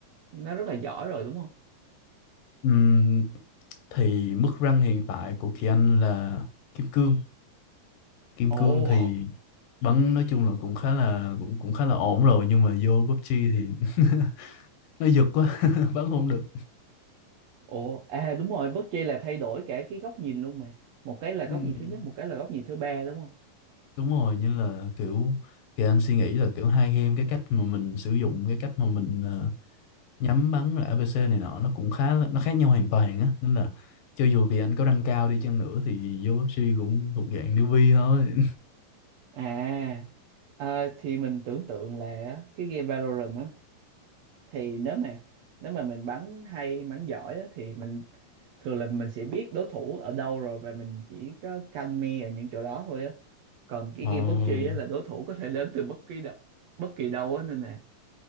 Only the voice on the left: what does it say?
Ừm, thì mức rank hiện tại của Kỳ Anh là kim cương kim
cương thì bắn nói chung là cũng khá là cũng cũng khá là ổn rồi nhưng mà vô PUBG thì <laughs> nó giật quá <laughs> bắn không được
Ừm,
đúng rồi như là kiểu Kỳ Anh suy nghĩ là kiểu hai game cái cách mà mình sử dụng cái cách mà mình ờ, nhắm bắn rồi ABC này nọ nó cũng khá là, nó khác nhau hoàn toàn á nên là cho dù kỳ anh có răng cao đi chăng nữa thì vô bác sĩ cũng thuộc dạng newbie thôi
<laughs> ờ,